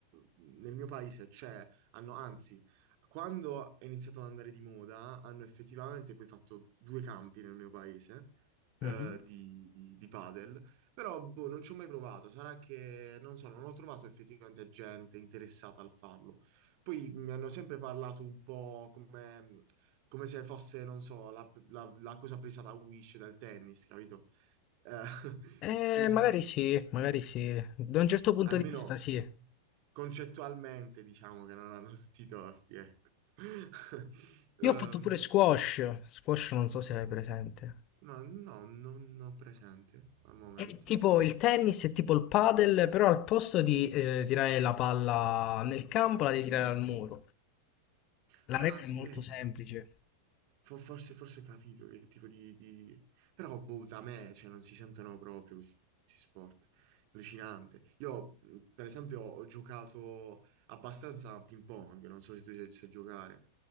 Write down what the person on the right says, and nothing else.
nel mio paese c'è, hanno, anzi, quando è iniziato ad andare di moda, hanno effettivamente poi fatto due campi nel mio paese eh,
di, di, di padel, però boh, non ci ho mai provato, sarà che, non so, non ho trovato effettivamente gente interessata al farlo. Poi mi hanno sempre parlato un po' come come se fosse, non so, la, la- la cosa presa da Wish, dal tennis, capito? Eh, <laughs>
quindi,
almeno
concettualmente, diciamo che non hanno tutti i torti, ecco. <laughs> Ehm,
ma no, non ho presente al momento.
Ah,
aspetta.
Fo- Forse, forse ho capito che tipo di, di- Però, boh, da me, cioè, non si sentono proprio questi questi sport. Allucinante. Io, mh, per esempio, ho giocato abbastanza a ping pong, non so se tu sai sai giocare.